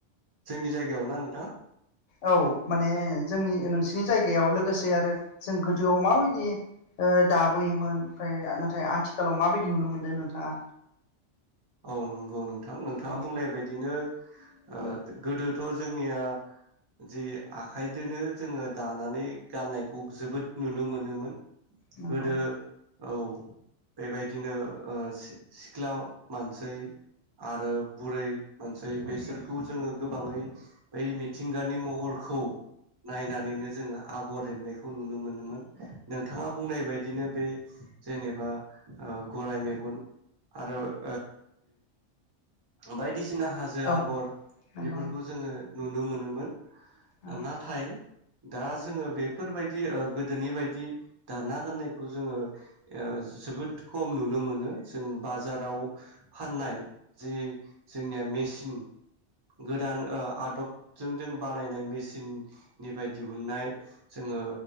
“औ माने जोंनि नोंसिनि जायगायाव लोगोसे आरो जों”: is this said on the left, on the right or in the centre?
Left